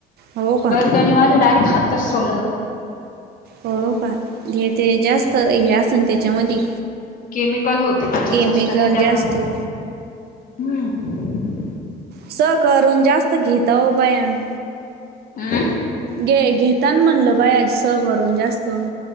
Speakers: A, on the right (about 70°); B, on the left (about 55°).
A: हो का?
B: त्यानी माझे डायरेक्ट हातच सोलले होते.
A: हो का? घे ते जास्त हे अस असेल त्याच्यामधी
B: केमिकल होते त्याच्यात
A: केमिकल
B: जास्त ना त्याप्रमाणे
A: जे असतो
B: हम्म.
A: स करून जास्त घेता हो बायान.
B: अं?
A: घे-घेताना म्हणलं बाया स करून जास्त